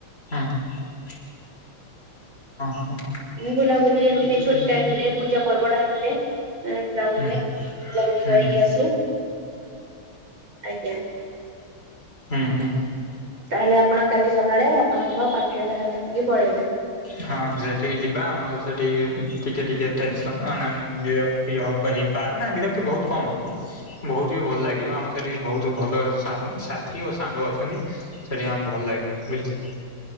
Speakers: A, on the left; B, on the right.
A: ହଁ-ହଁ-ହଁ,
B: ମୁଁ ବୁଲାବୁଲି ଏମିତି ଛୁଟି ଟାଇମରେ ପୂଜା ପର୍ବଟା ହେଲେ। ଏ ଯାଉ
A: ହୁଁ
B: ଆମେ ବୁଲାବୁଲି
A: ହୁଁ
B: କରିକି ଆସୁ ଆଜ୍ଞା
A: ହୁଁ-ହୁଁ,
B: ତାହେଲେ ଆପଣ କାଲି ସକାଳେ ଆପଣଙ୍କ ପାଠେ ଗାରା କତିକି ପଳେଇବେ
A: ହଁ ସେଠିକି ଯିବା ଆମର ସେଠିକି ଟିକେ ଟିକେ ଟେନସନ ମାନେ ଇଏ ଇଏ ହବ ହେଇପାରେ ମାନେ ବିରକ୍ତି ବହୁତକମ ବହୁତ ବହୁତୁବି ଭଲ ଲାଗିବ ଆମ ସେଠି ବହୁତ ଭଲ ସା ସାଥିୀ ଓ ସାଙ୍ଗ ଅଛନ୍ତି। ସେଠି ଆମେ ଭଲ ଲାଗେ ବୁଝିଲେ